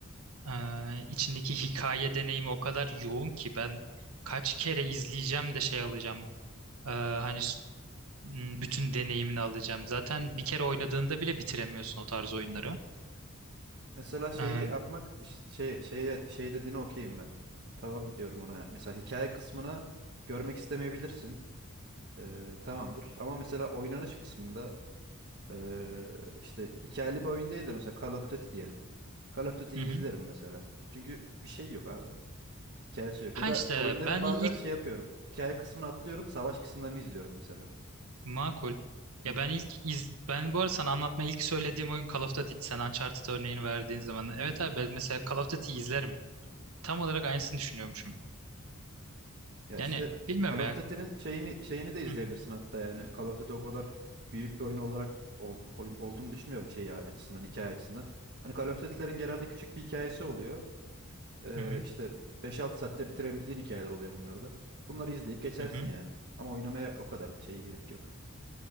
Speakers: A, on the right (about 85°); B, on the right (about 50°).
A: e, içindeki hikaye deneyimi o kadar yoğun ki ben kaç kere izleyeceğim de şey alacağım. E, hani s- m, bütün deneyimini alacağım. Zaten bir kere oynadığında bile bitiremiyorsun o tarz oyunları.
B: Mesela şeyi
A: E,
B: yapmak iş- şey şeye şey dediğine okeyim ben. Tamam diyorum ona. Mesela hikaye kısmına görmek istemeyebilirsin. E, tamamdır. Ama mesela oynanış kısmında Ee, işte hikayeli bir oyun değil de mesela Call of Duty diyelim. Call of Duty'yi
A: hı hı.
B: izlerim mesela. Çünkü bir şey yok abi. Hikayesi yok.
A: Ha
B: Ya da
A: işte
B: oyunların
A: ben
B: bazen
A: ilk
B: şey yapıyorum. Hikaye kısmını atlıyorum, savaş kısımlarını izliyorum mesela.
A: makul. Ya
B: Hı hı.
A: ben ilk iz ben bu arada sana anlatma ilk söylediğim oyun Call of Duty'di. Sen Uncharted örneğini verdiğin zaman.
B: Hmm.
A: Evet abi ben mesela Call of Duty'yi izlerim. Tam olarak aynısını düşünüyormuşum.
B: Ya
A: Yani
B: işte
A: bilmiyorum
B: Call of
A: ya.
B: Duty'nin şeyini şeyini de izleyebilirsin
A: Hı
B: hatta yani. Call of Duty o kadar büyük bir oyun olarak ol- oyun olduğunu düşünmüyorum şey açısından, hikaye açısından. Hani Call of Duty'lerin genelde küçük bir hikayesi oluyor. Ee,
A: hı hı.
B: işte 5-6 saatte bitirebildiğin hikayeler oluyor bunlarda. Bunları izleyip geçersin
A: hı.
B: yani. Ama oynamaya o kadar da şeyi gerek yok.